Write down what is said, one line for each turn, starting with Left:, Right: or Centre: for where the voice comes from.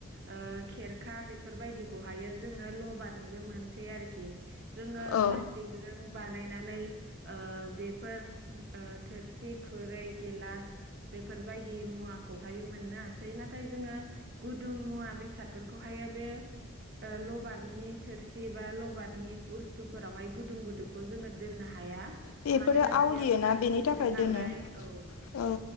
Right: ओ खेरखा बेफोरबायदिखौहायो जोङो लबारनिबो मोनसै आरोखि जोङो
Left: औ
Right: प्लास्टिकजों बानायनानै ओ बेफोर थोरसि खुरै गिलास बेफोरबायदि मुवाखौहायो मोननो हासै नाथाय जोङो गुदुं मुवा बेसादफोरखौहायो बे ओ लबारनि थोरसि बा लबारनि बुस्थुफोरावहाय गुदुं गुदुंखौ जोङो दोननो हा हाया
Left: बेफोरो
Right: मानोना
Left: आवलियोना
Right: बियो प्लास्टिकसो
Left: बेनि थाखाय
Right: नालाय
Left: दोनो
Right: औ
Left: औ